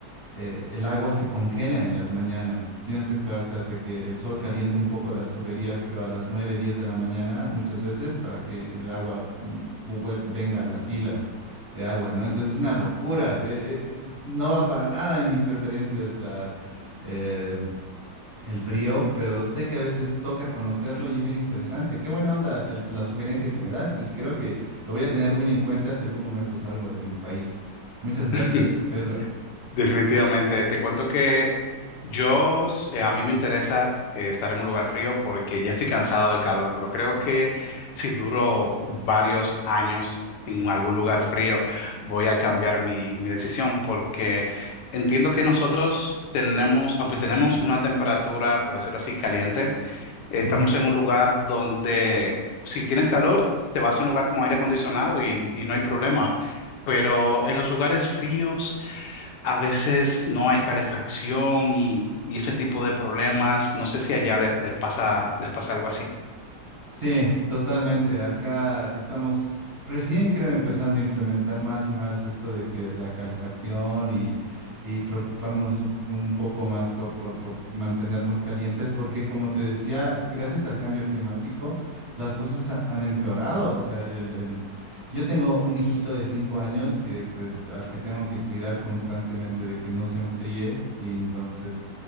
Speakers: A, on the right; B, on the left.
A: eh, el agua se congela en las mañanas. Tienes que esperarte hasta que el sol caliente un poco las tuberías, creo a las 9, 10 de la mañana muchas veces para que el agua mm, vu- vuel- venga a las pilas de agua, ¿no? Entonces es una locura. eh, eh, eh, no va para nada en mis preferencias la, eh, el frío, pero sé que a veces toca conocerlo y es bien interesante. Qué buena onda el- la sugerencia que me das y creo que lo voy a tener muy en cuenta si algún momento salgo de mi país. Muchas gracias,
B: <laughs>
A: Pedro.
B: Definitivamente, te cuento que yo, s- eh, a mí me interesa eh, estar en un lugar frío porque ya estoy cansado del calor, pero creo que si duro varios años en algún lugar frío, voy a cambiar mi, mi decisión porque entiendo que nosotros tenemos, aunque tenemos una temperatura, por decirlo así, caliente, estamos
A: Ujú.
B: en un lugar donde si tienes calor, te vas a un lugar con aire acondicionado y, y no hay problema, pero en los lugares fríos a veces no hay calefacción y, y ese tipo de problemas. No sé si allá les, les pasa, les pasa algo así.
A: Sí, totalmente. Acá estamos recién, creo, empezando a implementar más y más esto de que la calefacción y, y preocuparnos un, un poco más por, por, por mantenernos calientes, porque como te decía, gracias al cambio climático, las cosas ha- han empeorado. O sea, el, el- yo tengo un hijito de cinco años que, pues, al que tengo que cuidar constantemente de que no se enfríe y entonces...